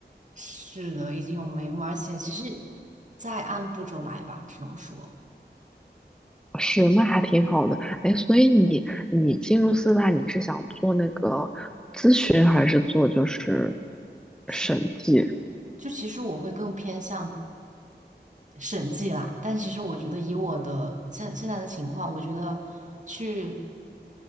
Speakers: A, on the right; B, in the centre.
A: 是的，已经有眉目，而且其实再按步骤来吧，只能说
B: 是，那还挺好的。哎，所以你你进入四大，你是想做那个区还是做就是
A: 是。
B: 审计？
A: 就其实我会更偏向审计啦，但其实我觉得以我的现现在的情况，我觉得去